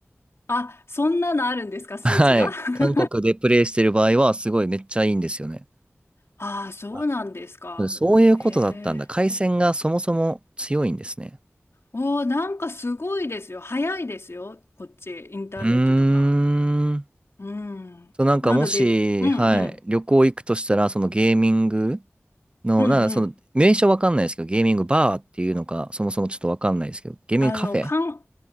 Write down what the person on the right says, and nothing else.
<laughs>
はい。
韓国でプレイしてる場合は、すごいめっちゃいいんですよね。
あそういうことだったんだ。
海鮮がそもそも強いんですね。
うーん。
そう、なんかもし、
はい、旅行行くとしたら、そのゲーミング、の、
なんかその、名称わかんないですけど、ゲーミングバーっていうのか、そもそもちょっとわかんないですけど、ゲーミングカフェ